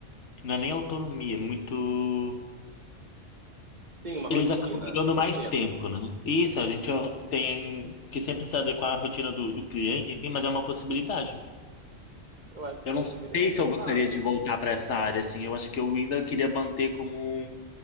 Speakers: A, on the left; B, on the right.
A: não é nem autonomia, é muito.
B: Sim, uma rotina,
A: Eles acabam pegando
B: eu
A: mais
B: entendo.
A: tempo, né? E isso, a gente tem que sempre se adequar à rotina do, do cliente, enfim, mas é uma possibilidade.
B: Eu acho que
A: Eu
B: a gente
A: não sei
B: deveria tentar,
A: se eu gostaria
B: porque.
A: de voltar para essa área, assim, eu acho que eu ainda queria manter como um-